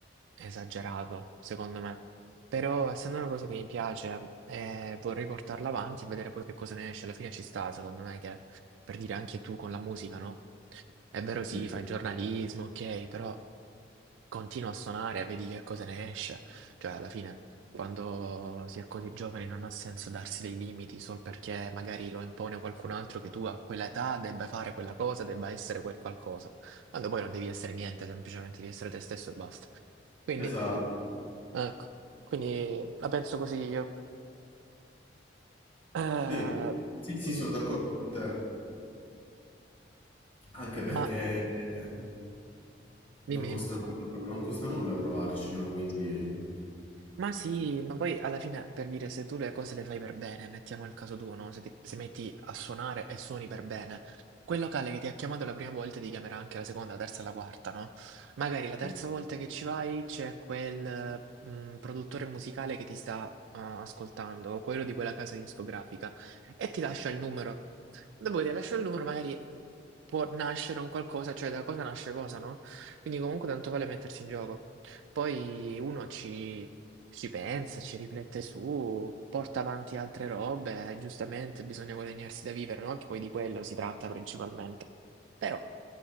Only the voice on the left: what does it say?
Sì,
esatto.
Sì, sì, sì,
sono d'accordo con te, anche perché
eh, non
costa
nulla, non costa nulla provarci, no? Quindi...
Sì.